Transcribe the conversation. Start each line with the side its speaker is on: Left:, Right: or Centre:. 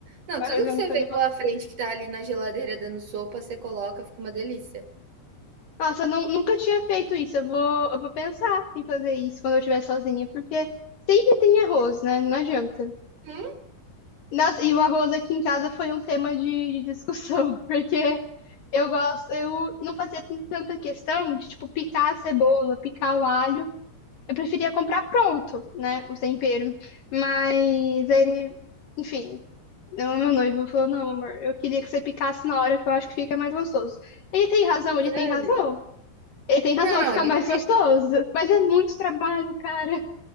Right: Não,
Left: Arroz
Right: tudo
Left: bagunçado
Right: que você vê
Left: é
Right: pela
Left: bom.
Right: frente que tá ali na geladeira dando sopa, você coloca, fica uma delícia.
Left: Nossa, eu não, nunca tinha feito isso. Eu vou, eu vou pensar em fazer isso quando eu estiver sozinha, porque sempre tem arroz, né? Não adianta.
Right: Hum,
Left: Nossa, e o arroz aqui em casa foi um tema de, de discussão, <laughs> porque eu gosto, eu não fazia tanta questão de, tipo, picar a cebola, picar o alho. Eu preferia comprar pronto, né? O tempero. Mas ele, enfim, o meu noivo falou: não, amor, eu queria que você picasse na hora que eu acho que fica mais gostoso. Ele tem razão, ele
Right: sério.
Left: tem razão. Ele tem razão,
Right: Não, não,
Left: <laughs> fica
Right: ele
Left: mais gostoso. Mas é muito trabalho, cara.